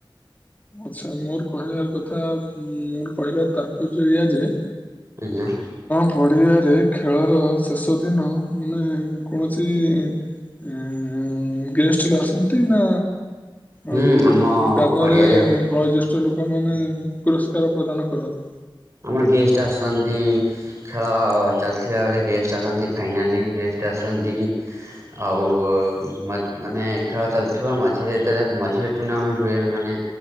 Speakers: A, on the left (about 20°); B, on the right (about 35°).
A: ଆଛା ମୋର କହିବାର କଥା ଉଁ ମୋର କହିବାର ତାତ୍ପର୍ଯ୍ୟ ଏଇଆ ଯେ
B: ଆଜ୍ଞା।
A: ପଡ଼ିଆରେ ଖେଳର ଶେଷ ଦିନ ମାନେ କୌଣସି ଇଁ ଗେଷ୍ଟରେ ଆସନ୍ତି ନା
B: ହୁଁ
A: ଉଁ
B: ଆମ
A: ଗ୍ରାମରେ
B: ପଡ଼ିଆରେ
A: ବୟୋଜ୍ୟେଷ୍ଠ ଲୋକମାନେ ପୁରସ୍କାର ପ୍ରଦାନ କରନ୍ତି।
B: ଆମର ଗେଷ୍ଟ ଆସନ୍ତି ଖେଳ ଚାଲିଥିଲା ବେଳେ ଗେଷ୍ଟ ଆସନ୍ତି, ଫାଇନାଲି ଗେଷ୍ଟ ଆସନ୍ତି ଆଉ ମା ମାନେ ଖେଳ ଚାଲୁଥିବ ମଝିରେ ଯେତେବେଳେ ମଝି ସେ ଟୁର୍ଣ୍ଣାମେଣ୍ଟ ହୁଏ ମାନେ